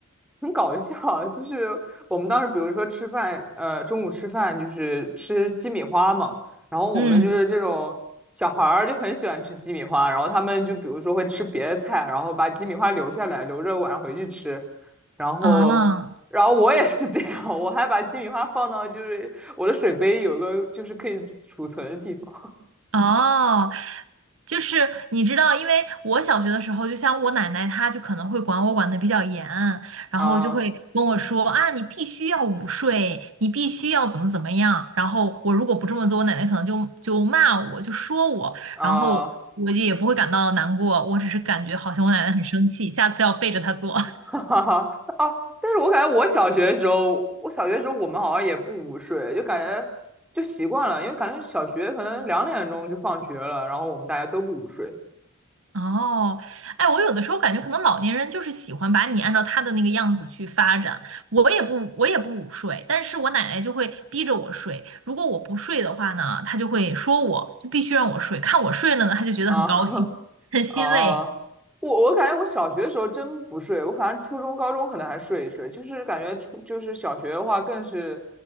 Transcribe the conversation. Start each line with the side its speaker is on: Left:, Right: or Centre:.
Centre: 很搞笑啊就是我们当时比如说吃饭，呃，中午吃饭就是吃鸡米花嘛，然后我们就是这种小孩儿就很喜欢吃鸡米花，
Right: 嗯，
Centre: 然后他们就比如说会吃别的菜，然后把鸡米花留下来，留着晚上回去吃，然后，
Right: 啊。
Centre: 然后我也是这样，我还把鸡米花放到就是我的水杯有一个就是可以储存的地方
Right: 哦，就是你知道，因为我小学的时候，就像我奶奶，她就可能会管我管的比较严，然后就会跟我说啊，
Centre: 啊
Right: 你必须要午睡，你必须要怎么怎么样。然后我如果不这么做，我奶奶可能就就骂我，就说我，
Centre: 啊。
Right: 然后我就也不会感到难过，我只是感觉好像我奶奶很生气，下次要背着她做。
Centre: <laughs> 哈哈，啊！但是我感觉我小学的时候，我小学的时候我们好像也不午睡，就感觉就习惯了，因为感觉小学可能两点钟就放学了，然后我们大家都不午睡
Right: 哦，哎，我有的时候感觉可能老年人就是喜欢把你按照他的那个样子去发展。我也不，我也不午睡，但是我奶奶就会逼着我睡。如果我不睡的话呢，她就会说我，就必须让我睡。看我睡了呢，她就觉得很高兴，
Centre: 啊 <laughs>
Right: 很欣慰。
Centre: 啊，我我感觉我小学的时候真不睡，我反正初中、高中可能还睡一睡，就是感觉初就是小学的话更是，